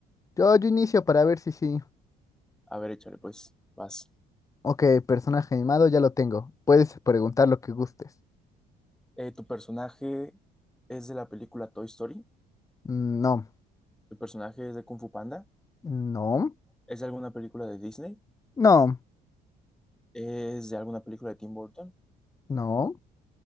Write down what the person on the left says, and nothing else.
Yo, yo inicio para ver si sí.
Ok, personaje animado ya lo tengo. Puedes preguntar lo que gustes.
Mm, No,
no,
no,
no.